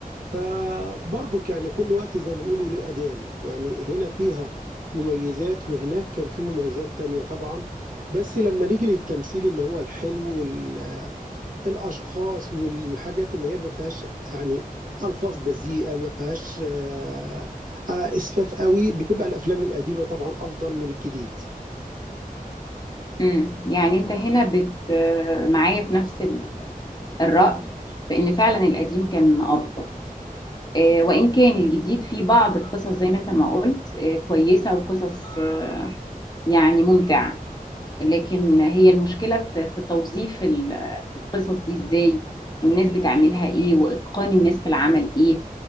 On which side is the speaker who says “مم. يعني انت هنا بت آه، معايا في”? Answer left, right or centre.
Left